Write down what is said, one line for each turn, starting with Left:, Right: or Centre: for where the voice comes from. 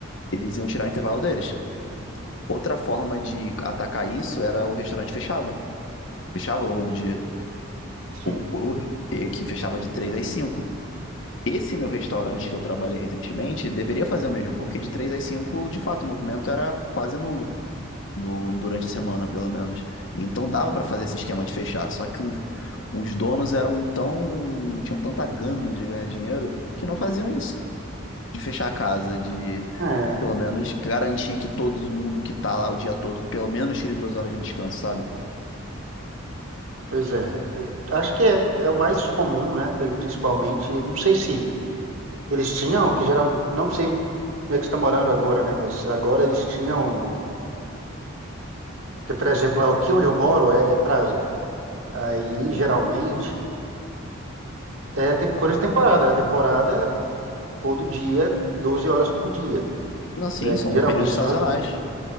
Left: eles iam tirar o intervalo deles. Outra forma de atacar isso era o restaurante fechava. Fechava ao longo do dia.
Right: sim.
Left: O, o- e que fechava de três às cinco Esse meu restaurante que eu trabalhei recentemente deveria fazer o mesmo, porque de três às cinco de fato, o movimento era quase nulo. No, durante a semana, pelo menos. Então dava pra fazer esse esquema de fechar. Só que os, os donos eram tão. tinham tanta gana de ganhar dinheiro que não faziam isso. De fechar a casa, de
Right: É,
Left: pelo menos garantir que todo mundo que tá lá o dia todo, pelo menos tire duas horas de descanso, sabe?
Right: pois é. É, Acho que é, é o mais comum, né? pri- Principalmente, não sei se eles tinham, que geral, não sei como é que está morando agora, né? Mas agora eles tinham, porque, por exemplo, aqui onde eu moro é praia. Aí,
Left: Sim.
Right: geralmente, é, tem coisa de temporada, né? Temporada é todo dia, 12 horas por dia.
Left: Não, sim,
Right: E aí,
Left: são
Right: geralmente,
Left: períodos sazonais.
Right: os-